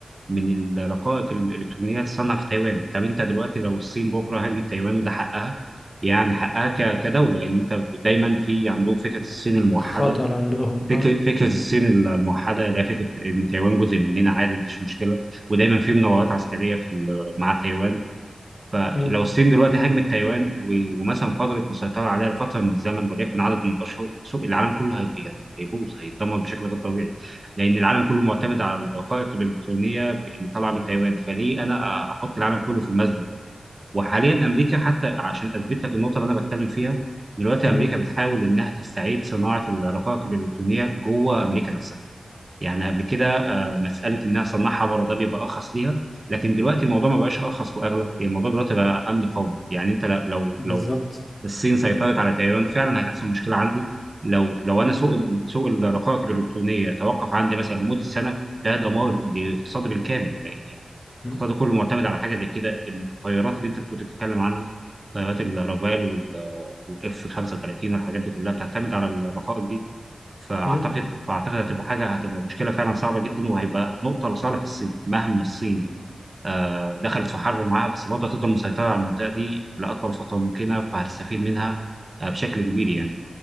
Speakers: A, on the right (about 40°); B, on the left (about 40°).
A: من الرقائق الالكترونيه تصنع في تايوان طب انت دلوقتي لو الصين بكره هاجمت تايوان وده حقها يعني حقها ك- كدوله لان انت دايما في عندهم فكره الصين الموحده
B: خطر عندهم
A: فكره
B: اه
A: فكره الصين الموحده اللي هي فكره ان تايوان جزء مننا عادي مفيش مشكله ودايما في مناورات عسكريه في ال- مع تايوان فلو
B: مم.
A: الصين دلوقتي هاجمت تايوان و- ومثلا فضلت مسيطره عليها لفتره من الزمن وليكن عدد من الاشهر سوق العالم كله هي يعني هيبوظ هيتدمر بشكل غير طبيعي لان العالم كله معتمد على الرقائق الالكترونيه ب- اللي طالعه من تايوان فليه انا أ- احط العالم كله في المزنه ده وحاليا امريكا حتى عشان اثبت لك النقطه اللي انا بتكلم فيها دلوقتي
B: مم.
A: امريكا بتحاول انها تستعيد صناعه الرقائق الالكترونيه جوه امريكا نفسها يعني قبل كده آه، مساله انها صنعها بره ده بيبقى ارخص ليها لكن دلوقتي الموضوع ما بقاش ارخص واغلى يعني الموضوع دلوقتي بقى امن قومي يعني انت ل- لو
B: بالظبط
A: لو الصين سيطرت على تايوان فعلا هتحصل مشكله عندي لو لو انا سوق سوق الرقائق الالكترونيه توقف عندي مثلا لمده سنه ده دمار للاقتصاد بالكامل لان يعني
B: مم.
A: الاقتصاد كله معتمد على حاجه زي كده الطيارات اللي انت كنت بتتكلم عنها طيارات الرافال والاف 35 والحاجات دي كلها بتعتمد على الرقائق دي فاعتقد
B: مم.
A: فاعتقد هتبقى حاجه هتبقى مشكله فعلا صعبه جدا وهيبقى نقطه لصالح الصين مهما الصين آه، دخلت في حرب معاها بس برضه هتفضل مسيطره على المنطقه دي لاطول فتره ممكنه فهتستفيد منها آه، بشكل كبير يعني